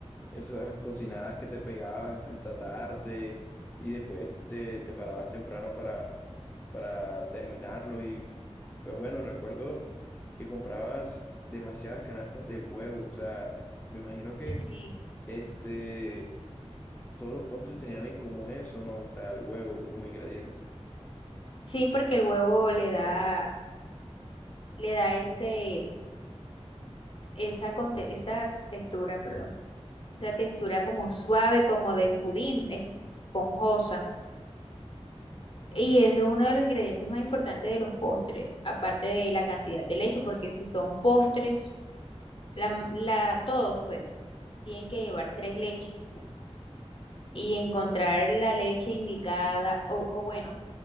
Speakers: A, on the left (about 15°); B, on the left (about 55°).
A: esas cocinadas que te pegabas hasta, hasta tarde y después te, te parabas temprano para, para terminarlo. Y pues bueno, recuerdo que comprabas demasiadas canastas de huevo, o sea, me imagino que
B: Sí,
A: este todos los postres tenían en común eso, ¿no? O sea, el huevo como ingrediente.
B: Sí, porque el huevo le da, le da ese, esa, conte- esta textura, perdón, esta textura como suave, como de pudín, esponjosa. Y ese es uno de los ingredientes más importantes de los postres, aparte de la cantidad de leche, porque si son postres, la, m- la- todos pues tienen que llevar tres leches y encontrar la leche indicada, o, o bueno,